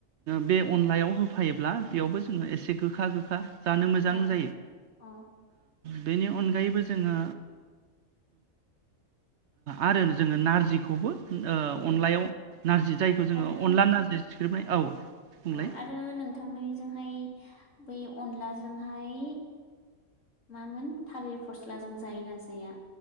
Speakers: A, on the right; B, on the left.
A: बे अनलायाव होफायोब्ला बेयावबो जोंङो एसे गोखा गोखा। जानो मोजां
B: औ
A: जायो।
B: औ
A: बेनि अनगायैबो जोंङो। आरो जोंङो नारजिखौबो।
B: उम
A: अनलायाव नारजि जायखौ जोंङो
B: आरो
A: अनला नारजि सिफ्लेनाय औ। बुंलाय
B: औ आरो नों। थांनायजोंहाय बै अनलाजोंहाय। मामोन थालिर फस्लाजों जायोना जाया